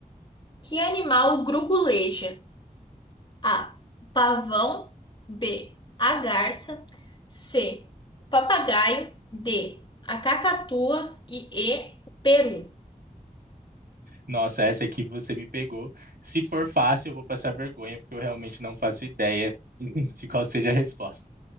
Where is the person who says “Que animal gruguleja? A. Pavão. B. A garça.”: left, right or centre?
Left